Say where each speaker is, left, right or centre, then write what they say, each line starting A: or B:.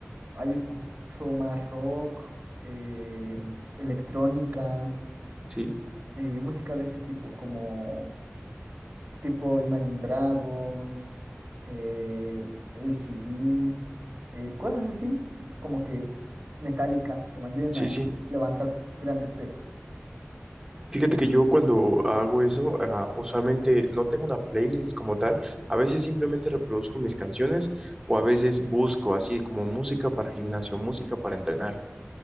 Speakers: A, on the right; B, on the right.
A: Ahí escucho más rock, eh, electrónica,
B: Sí,
A: eh, música de ese tipo, como tipo Imagine Dragons, eh, AC/DC, eh, cosas así, como que metálica, que me ayuden
B: sí,
A: a
B: sí.
A: levantar grandes pesos.
B: Fíjate que yo cuando hago eso, ah, usualmente no tengo una playlist como tal, a veces simplemente reproduzco mis canciones o a veces busco así como música para gimnasio, música para entrenar.